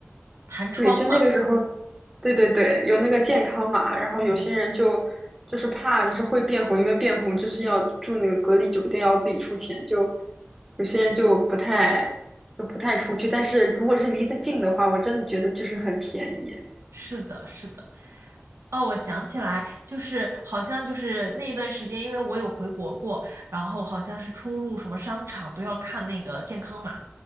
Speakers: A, on the right; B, in the centre.
A: 弹窗嘛。
B: 对，就那个时候，对对对，有那个健康码，然后有些人就就是怕就是会变红，
A: 嗯，
B: 因为变红就是要住那个隔离酒店，要自己出钱，就有些人就不太就不太出去。但是如果是离得近的话，我真的觉得就是很便宜
A: 是的，是的。哦，我想起来，就是好像就是那一段时间，因为我有回国过，然后好像是出入什么商场都要看那个健康码，